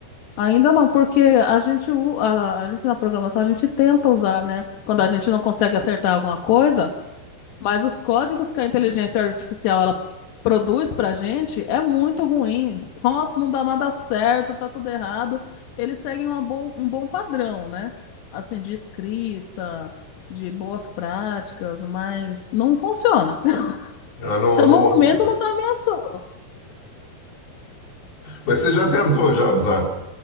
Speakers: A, on the left (about 85°); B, on the left (about 50°).
A: Ainda não, porque a gente, u- a, a gente na programação, a gente tenta usar, né? Quando a gente não consegue acertar alguma coisa. Mas os códigos que a inteligência artificial ela produz para a gente é muito ruim. Nossa, não dá nada certo, tá tudo errado. Eles seguem uma bo- um bom padrão, né? Assim, de escrita, de boas práticas, mas não funciona. <laughs>
B: Ah, não,
A: Então,
B: não...
A: no momento,
B: <laughs>
A: não tá ameaçando.
B: Mas você já tentou já usar.